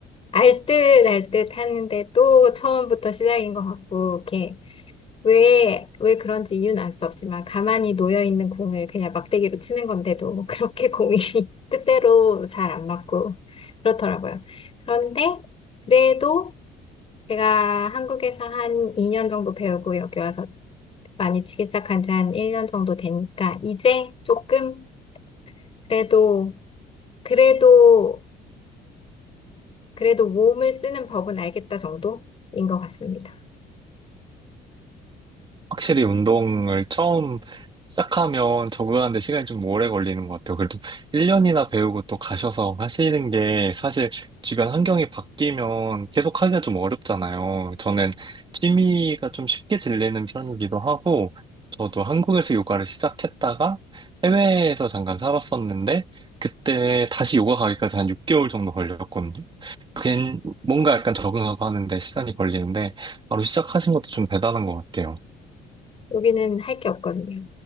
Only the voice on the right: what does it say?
확실히 운동을 처음 시작하면 적응하는데 시간이 좀 오래 걸리는 것 같아요. 그래도 1년이나 배우고 또 가셔서 하시는 게 사실 주변 환경이 바뀌면 계속 하기가 좀 어렵잖아요. 저는 취미가 좀 쉽게 질리는 편이기도 하고, 저도 한국에서 요가를 시작했다가 해외에서 잠깐 살았었는데, 그때 다시 요가 가기까지 한 6개월 정도 걸렸거든요. 그게 뭔가 약간 적응하고 하는데 시간이 걸리는데, 바로 시작하신 것도 좀 대단한 것 같아요.